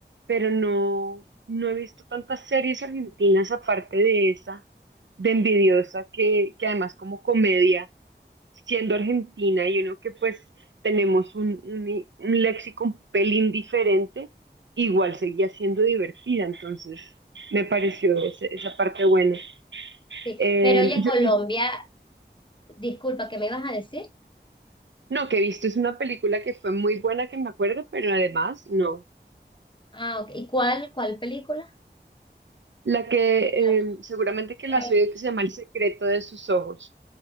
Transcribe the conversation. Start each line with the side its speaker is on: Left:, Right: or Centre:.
Right: pero no, no he visto tantas series argentinas aparte de esa, de Envidiosa, que, que además como comedia siendo argentina y uno que pues tenemos un, un, un léxico un pelín diferente, igual seguía siendo divertida, entonces me pareció ese- esa parte buena.
Left: Sí,
Right: Eh,
Left: pero oye,
Right: yo
Left: Colombia,
Right: he visto,
Left: disculpa, ¿qué me ibas a decir?
Right: no, que he visto es una película que fue muy buena que me acuerdo, pero además no.
Left: Ah, ok. ¿Y cuál, cuál película?
Right: La que
Left: Relatos.
Right: eh, seguramente que la
Left: rel-
Right: has oído que se llama El secreto de sus ojos.